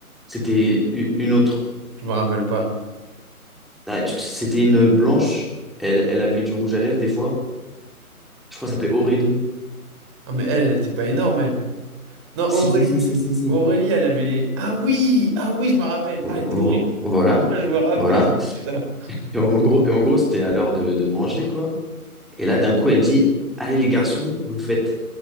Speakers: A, in the centre; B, on the right.
A: c'était u- une autre.
B: Je me rappelle pas.
A: Ah, je- C'était une blanche. Elle, elle avait du rouge à lèvres des fois. Je crois que ça s'appelait Aurélie.
B: Ah, mais elle, elle était pas énorme, elle. Non,
A: Si
B: Aurélie.
A: si si si si si.
B: Aurélie, elle avait les. Ah oui! Ah oui, je me rappelle.
A: Vo-
B: Ah, elle était
A: vo-
B: horrible.
A: Voilà,
B: Ah, Je me rappelle.
A: voilà.
B: Putain.
A: Et en gros, et en gros, c'était à l'heure de, de manger quoi. Et là, d'un coup, elle dit, allez les garçons, vous faites